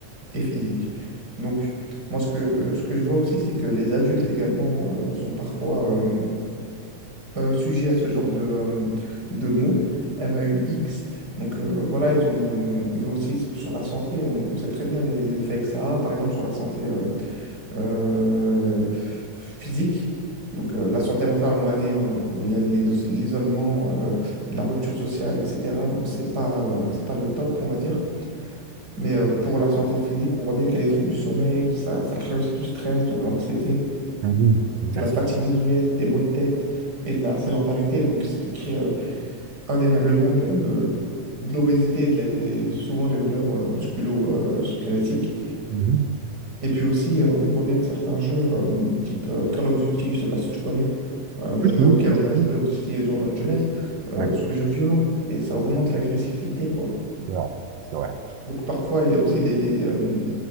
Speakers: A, on the right; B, on the right.
A: et physique. Donc moi, ce que, ce que je vois aussi, c'est que les adultes également euh, sont parfois euh, euh, sujets à ce genre de, euh, de mots, M-A-U-X. Donc euh, voilà, ils ont, ils ont aussi sur la santé, on, on sait très bien les, les effets que ça a, par exemple sur la santé euh, euh, physique. Donc euh, la santé mentale, on a dit, hein, il y a l'iso- l'isolement, euh, la rupture sociale, etc. Donc c'est pas, euh, c'est pas le top, on va dire. Mais euh, pour la santé physique, on voit bien qu'il y a des troubles du sommeil, ça, ça crée aussi du stress, de l'anxiété,
B: Ah oui, exactement.
A: de la fatigue visuelle, des maux de tête et de la sédentarité, donc ce qui crée euh, indéniablement de, euh, de l'obésité et de les- souvent des douleurs euh, musculo-squelettiques.
B: Mhm.
A: Et puis aussi, euh, on voit bien que certains jeux, euh, type euh, Call of Duty, je sais pas si tu connais, un
B: Oui,
A: jeu
B: oui,
A: auquel on a joué
B: oui.
A: aussi durant notre jeunesse, euh,
B: Ouais,
A: sont des jeux violents et ça augmente l'agressivité, quoi.
B: c'est vrai, c'est vrai.
A: Donc parfois, il y a aussi des, des, euh,